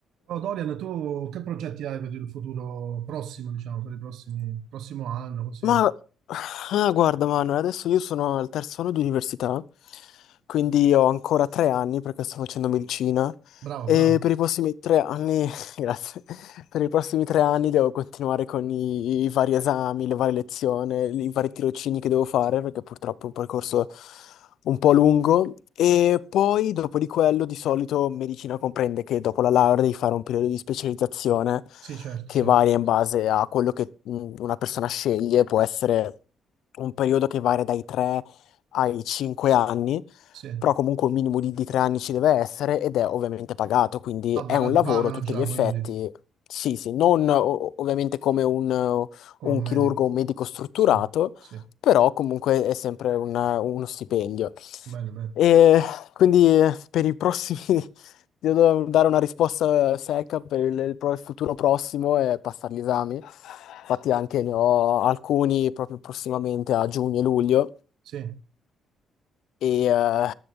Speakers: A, on the right; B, on the left.
A: Oh, Dorian, tu che progetti hai per il futuro prossimo, diciamo, per il prossimi, prossimo anno, così?
B: Ma ah, guarda Manuel, adesso io sono al terzo anno di università, quindi ho ancora tre anni perché sto facendo medicina
A: Bravo,
B: e
A: bravo.
B: per i prossimi tre anni, <laughs> grazie, per i prossimi tre anni devo continuare con i, i vari esami, le varie lezioni, i vari tirocini che devo fare perché purtroppo è un percorso un po' lungo e poi dopo di quello di solito medicina comprende che dopo la laurea devi fare un periodo di specializzazione.
A: Sì, certo,
B: che
A: certo.
B: varia in base a quello che mh, una persona sceglie, può essere un periodo che varia dai 3 ai 5 anni,
A: Sì.
B: però comunque un minimo di, di 3 anni ci deve essere ed è ovviamente pagato, quindi
A: Vabbè,
B: è un
A: là ti
B: lavoro
A: pagano
B: a tutti
A: già,
B: gli effetti.
A: quindi,
B: Sì, sì, non o- ovviamente come un,
A: come
B: un
A: un medico.
B: chirurgo, un medico strutturato,
A: Sì, sì.
B: però comunque è sempre un- uno stipendio.
A: Bene, bene.
B: E quindi per i prossimi <laughs> Devo dare una risposta secca per il, il pro- il futuro prossimo e passare gli esami. Infatti anche ne ho alcuni proprio prossimamente a giugno e luglio
A: Sì.
B: e eh,